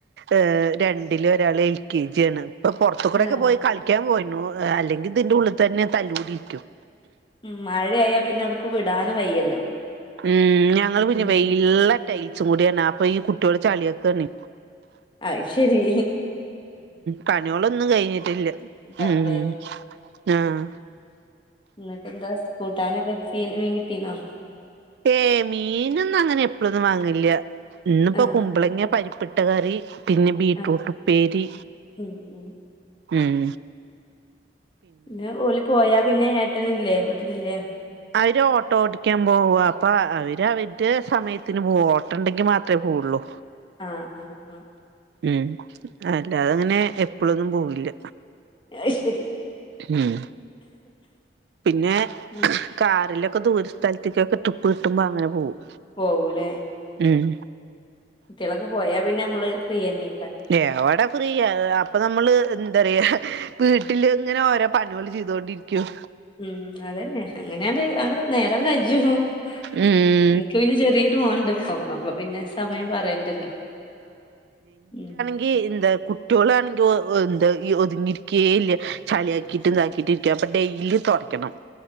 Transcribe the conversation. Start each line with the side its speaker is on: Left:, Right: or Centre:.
Right: ഏഹ് രണ്ടില് ഒരാള് എൽ കെ ജി ആണ് ഇപ്പൊ പൊറത്ത് കൂടെക്കെ
Left: ആഹ്
Right: പോയി കളിക്കാൻ പോയിന്നു <unintelligible> അല്ലെങ്കി ഇതിന്റെ ഉള്ളിൽ തന്നെ തല്ല് കൂടി ഇരിക്കും
Left: ഉം മഴയായാ പിന്നെ <unintelligible> വിടാനും വയ്യല്ലോ
Right: ഉം ഞങ്ങൾ പിന്നെ
Left: ഉം
Right: വെയിള്ള ടൈൽസും കൂടിയാണ് അപ്പൊ ഈ കുട്ടിയോള് ചളിയാക്കാണ്
Left: അയ്ശെരി
Right: പണികളൊന്നും കഴിഞ്ഞിട്ടില്ല
Left: ഉണ്ടാവൂലേ
Right: ഉം ആഹ്
Left: എന്നിട്ട് എന്താ സ്കൂട്ടാനൊക്കെ ഫീൽ മീൻ കിട്ടീന്നോ
Right: ഏഹ് മീനൊന്നും അങ്ങനെ എപ്പഴൊന്നും വാങ്ങില്ല്യാ ഇന്നിപ്പോ
Left: ആഹ്
Right: കുമ്പളങ്ങേ പരി <unintelligible> കറി പിന്നെ ബീട്രൂട്ട്
Left: ആഹ്
Right: ഉപ്പേരി
Left: ഉം ഉം
Right: ഉം
Left: പിന്നെ ഓല് പോയാ പിന്നെ ഏട്ടനില്ലേ വീട്ടിലില്ലേ
Right: അവര് ഓട്ടോ ഓടിക്കാൻ പോവാ അപ്പ അ അവര് അവര്ടേ സമയത്തിന് പോവും ഓട്ടം ഉണ്ടെങ്കി മാത്രേ പോവുള്ളൂ
Left: ആഹ് ആഹ് ആഹ്
Right: ഉം അല്ലാതങ്ങനേ എപ്പോഴൊന്നും പോവുല്ല
Left: അയ്ശെരി
Right: ഉം പിന്നേ
Left: ഉം
Right: കാറിലൊക്ക ദൂര സ്ഥലത്തേക്കൊക്കെ ട്രിപ്പ് കിട്ടുമ്പൊ അങ്ങനെ പോകും
Left: പോവൂല്ലേ
Right: ഉം
Left: ട്ടികളൊക്കെ പോയാ പിന്നെ നമ്മള് ഫ്രീ അന്നെ
Right: എവടെ ഫ്രീയാ ഏഹ് അപ്പ നമ്മള് എന്താ പറയാ വീട്ടില് ഇങ്ങനെ ഓരോ പണികള് ചെയ്തോണ്ടിരിക്കും
Left: ഉം അതന്നെ അങ്ങനെയത് അത് നേരം <unintelligible>
Right: ഉം ഉം
Left: എനിക്ക് പിന്നെ ചെറിയൊരു മോൻ ഒണ്ട് ഇപ്പോ അപ്പൊ പിന്നേ സമയം പറയണ്ടല്ലോ ഉം
Right: ഏയ് എന്താ കുട്ട്യോൾ ആണെങ്കി ഓ ഓ എന്താ ഈ ഒതുങ്ങിരിക്കേ ഇല്ല ചളി ആക്കിയിട്ട്
Left: ആ
Right: ഇതാക്കിയിട്ട് ഇരിക്കാ അപ്പൊ ഡെയിലി തൊടയ്ക്കണം